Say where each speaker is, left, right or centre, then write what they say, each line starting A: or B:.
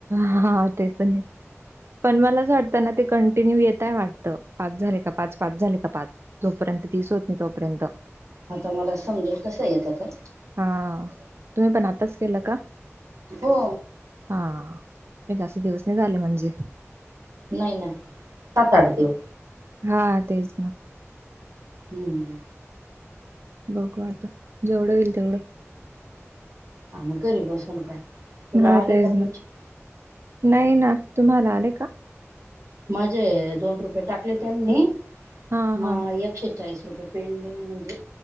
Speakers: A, on the right (about 55°); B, on the right (about 85°).
A: ह हा ते पणय. पण मला असं वाटतना ते कंटिन्यू येतय वाटतं पाच झाले का पाच पाच झाले का पाच. जोपर्यंत दिस होत नाही तोपर्यंत.
B: आता मला समजेल कसं येतं तर
A: हा तुमी पण आताच केलं का.
B: हो.
A: हा काय जास्त दिवस नाई झाले मणजे.
B: नाई नाई सात आट दिवस.
A: हा तेच ना.
B: हम्म.
A: बघ वाटतं जेवढं होईल तेवढं.
B: आ् घरी बसून काय. तुला
A: हा
B: आले
A: तेच
B: का
A: ना
B: पैसे
A: नाही ना तुम्हाला आले का.
B: म्हजे दोन रुपये टाकले त्यांनी
A: हा
B: म
A: हा
B: एक. एकशे चाळीस रुपये पेंडिंग म्हणजे